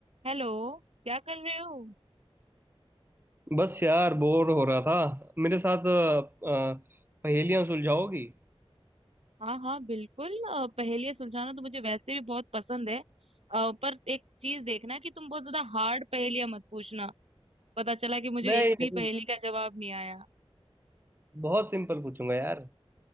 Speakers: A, on the right; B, on the right.
A: Hello क्या कर रहे हो
B: बस यार बोर हो रहा था मेरे साथ अ, अ, पहेलियां सुलझाओगी
A: हाँ हाँ बिल्कुल अ, पहेलियाँ सुलझाना तो मुझे वैसे भी बहुत पसंद है अ, पर एक चीज देखना कि तुम बहुत ज्यादा हार्ड पहेलियाँ मत पूछना पता चला कि मुझे
B: नहीं
A: एक भी
B: नहीं
A: पहेली का जवाब नहीं आया
B: बहुत सिंपल पूछूंगा यार